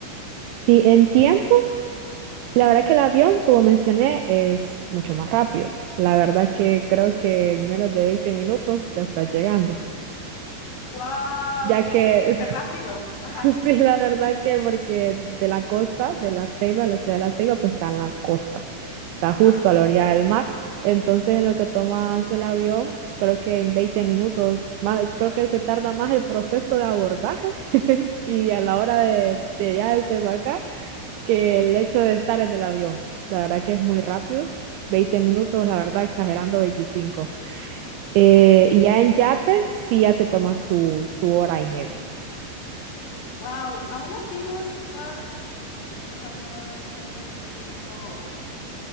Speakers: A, on the right (about 85°); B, on the left (about 70°).
A: Sí, en tiempo La verdad que el avión, como mencioné, es mucho más rápido. La verdad que creo que en menos de 20 minutos ya está llegando.
B: ¡Wow!
A: Ya que,
B: ¡Qué, qué rápido! Ajá,
A: <laughs> sí, la verdad que porque de la costa, de La Ceiba, la ciudad de La Ceiba, pues está en la costa. Está
B: ajá,
A: justo
B: ajá.
A: a la orilla del mar. Entonces, en lo que tomas el avión, creo que en 20 minutos, más, creo que se tarda más el proceso de abordaje <laughs> que a la hora de, de ya desembarcar que el hecho de estar en el avión. La verdad que es muy rápido, 20 minutos, la verdad, exagerando 25. Eh,
B: Ok.
A: y ya en yate sí ya se toma su, su hora y media.
B: ¡Wow! Aún así no está, o sea, no es un tiempo